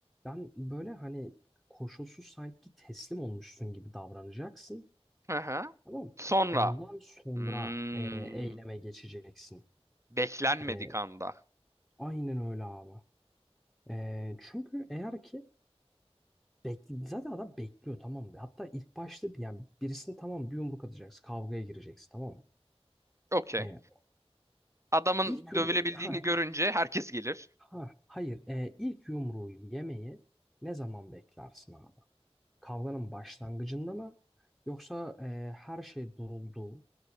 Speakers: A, in the centre; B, on the right.
A: ben böyle hani koşulsuz sanki teslim olmuşsun gibi davranacaksın.
B: Hı hı.
A: Tamam. mı?
B: Sonra.
A: Ondan sonra
B: Hmm,
A: e, eyleme geçeceksin.
B: beklenmedik
A: E,
B: anda.
A: aynen öyle abi. E, çünkü eğer ki bekle, zaten adam bekliyor tamam mı? Hatta ilk başta bir- yani birisine tamam bir yumruk atacaksın. Kavgaya gireceksin tamam mı?
B: Okey.
A: E,
B: Adamın
A: ilk yumru
B: dövülebildiğini
A: ha,
B: görünce herkes gelir.
A: ha, hayır. E, ilk yumruğu yemeyi ne zaman beklersin abi? Kavganın başlangıcında mı? Yoksa e, her şey duruldu